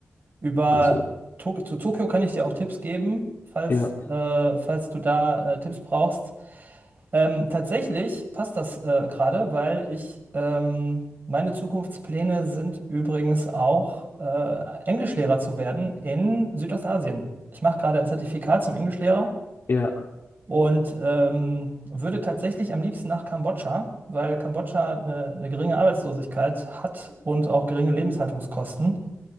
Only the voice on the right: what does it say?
Über
Tok zu Tokio kann ich dir auch Tipps geben, falls,
äh, falls du da äh, Tipps brauchst. Ähm, tatsächlich passt das äh, gerade, weil ich ähm, meine Zukunftspläne sind übrigens auch äh, Englischlehrer zu werden in Südostasien. Ich mache gerade ein Zertifikat zum Englischlehrer
und ähm, würde tatsächlich am liebsten nach Kambodscha, weil Kambodscha eine, eine geringe Arbeitslosigkeit hat und auch geringe Lebenshaltungskosten.